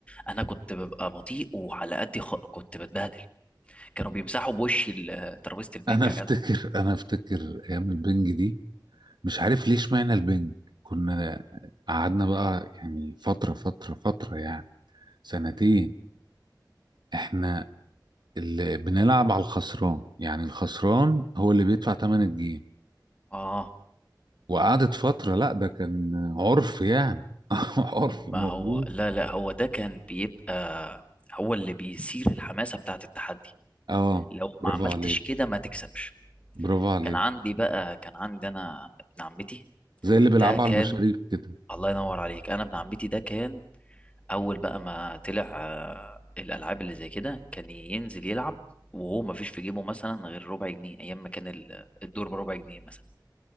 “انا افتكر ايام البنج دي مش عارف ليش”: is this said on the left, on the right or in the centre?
Right